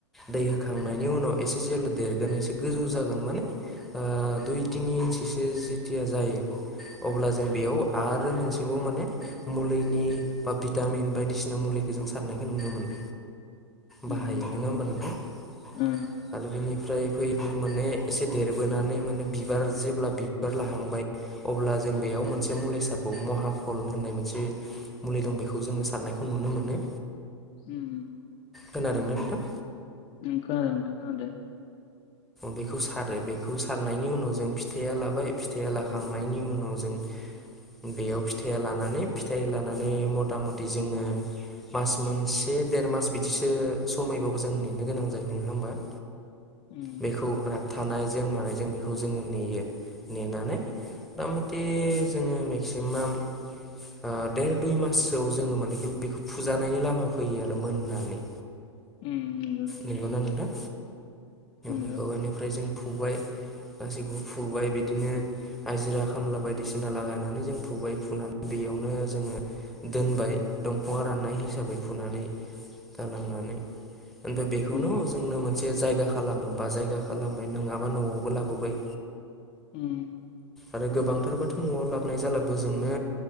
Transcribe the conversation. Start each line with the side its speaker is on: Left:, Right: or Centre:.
Centre: दै होखांनाय। नि उनाव एसे जेला देरगोन एसे गोजौ जागोन माने ओ। दुइ टिनि इन्सि सो थिया जायो अब्ला जों बेयाव आरो मोनसेबाव माने मुलिनि बा भिटामिन बायदिसिना मुलिखौ जों सारनायखौ नुनो मोनो।
Left: नंगौ
Centre: बाहायो
Left: नोंथां
Centre: नोङा
Left: नंगौ
Centre: होमबा नोंथां?
Left: ओ
Centre: <unintelligible> बेनिफ्राय फैयै फैयै माने एसे देरबोनानै माने बिबार जेब्ला बिबार लाहांबाय अब्ला जों बेयाव मोनसे मुलि सारबावो महाफल होननाय मोनसे मुलि दं बेखौ जोङो सारनायखौ नुनो मोनो।
Left: उम-उम।
Centre: खोनादोंना नोंथां?
Left: ओं खोनादो नोंथां खोनादो।
Centre: बेखौ सारो बेखौ सारनायनि उनाव जों फिथाइया लाबाय फिथाया लाखांनायनि उनाव जों बेयाव फिथाइया लानानै फिथाइ लानानै मथा मथि जोङो मास मोनसे देर मास बिदिसो समयबाबो जों नेनो गोनां जायो नङा होमबा?
Left: उम
Centre: बेखौ राफ थानायजों मानायजों बेखौ जोङो नेयो नेनानै मतामथि जोङो मेक्सिमाम ओ देर दुइ माससोआव जोङो माने बेखौ फुजानायनि लामायाव फैयो आरो मोननानै।
Left: उम उम नोंगौ नोंथां
Centre: नंगौना
Left: नोंगौ
Centre: नोंथां
Left: नोंगो।
Centre: बेखौ बेनिफ्राय जों फुबाय। ससि <inaudible> फुबाय बिदिनो हाजिरा खामला बायदिसिना लागायनानै जों फुबाय फुनानै बेयावनो जोङो दोनबाय दंफाङा राननाय हिसाबै फुनानै दालांनानै। ओमफाय बेखौनो
Left: उम
Centre: जोंनो मोन जायगा खालामो बा जायगा खालामबाय नङाबा न'आवबो लाबोबाय
Left: <inaudible>
Centre: आरो गोबांथारबाथ' न'आव लाबोन जालाबो जोंनो